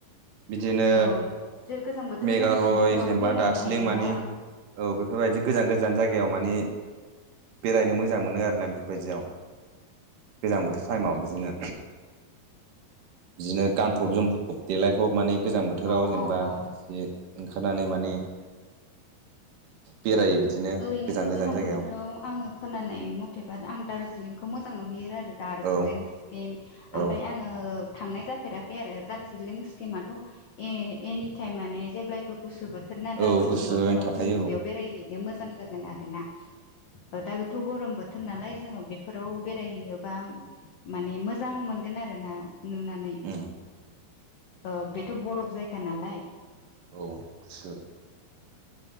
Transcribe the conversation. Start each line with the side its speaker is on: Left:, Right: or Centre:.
Right: बिदिनो
Left: औ जे गोजां बोथोराव
Right: मेघालय
Left: जों शिलंफोरावबो
Right: जेनेबा
Left: बेरायनो
Right: दार्जिलिं
Left: हायोना
Right: मानि औ बेफोरबायदि गोजान गोजान जायगायाव मानि बेरायनो मोजां मोनो आरोना बेफोरबायदियाव गोजां बोथोर टाइमाव बिदिनो बिदिनो गानफब जोमफब देलायफब माने गोजां बोथोराव
Left: ओं
Right: जेनेबा
Left: औ औ
Right: बिदि ओंखारनानै माने बेरायो बिदिनो
Left: ओरैनोथ'
Right: गोजान गोजान
Left: गोजां
Right: जायगायाव
Left: बोथोराव आङो खोनानाय मथेबा आं दार्जिलिंखौ मोजां नुहैयो आरो। दार्जिलिं
Right: औ
Left: सिक्किम
Right: औ
Left: ओमफ्राय आङो थांनाय जाफेराखै आरो दारजिलिं सक्किमाथ ए-एनिटम माने जेब्लायबो गुसु बोथोर ना दा
Right: औ
Left: गरम
Right: गुसुयैनो
Left: बोथोराव
Right: थाखायो
Left: जोंबो
Right: औ
Left: बेयाव बेरायहैनो मोजां जागोन आरो ना ओ दा थ गरम बो थोर नालाय जोङो बेफोराव बेरायहैयोबा माने मोजां मोनगोन आरो ना नुनानैै
Right: उम
Left: ओ बेथ बरफ जायगा नालाय
Right: औ गुसु